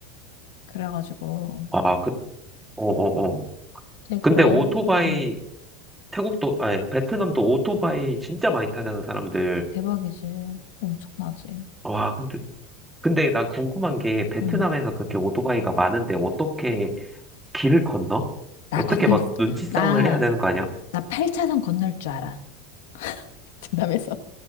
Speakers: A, on the left; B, in the centre.
A: 그래가지고
B: 아, 그, 어, 어, 어.
A: 그냥
B: 근데
A: 그래
B: 오토바이,
A: 응
B: 태국도, 아니, 베트남도 오토바이 진짜 많이 타잖아, 사람들.
A: 대박이지 엄청나지
B: 와, 근데, 근데 난 궁금한 게, 베트남에서
A: 응
B: 그렇게 오토바이가 많은데, 어떻게 길을 건너?
A: 나
B: 어떻게
A: 건널
B: 막 눈치 싸움을
A: 나
B: 해야 되는 거 아니야?
A: 나 8차선 건널 줄 알아 <laughs> 등담에서